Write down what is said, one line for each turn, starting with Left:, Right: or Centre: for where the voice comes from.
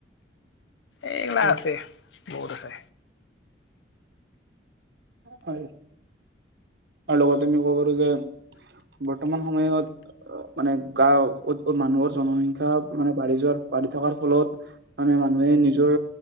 Left: এইগিলা
Right: হয়
Left: আছে, বহুত আছে।
Right: হয়, আৰু লগতে আমি ক'ব পাৰো যে বৰ্তমান সময়ত মানে গাওঁ, মানুহৰ জনসংখ্যা মানে বাঢ়ি যোৱাৰ বাঢ়ি থকাৰ ফলত মানে মানুহে নিজৰ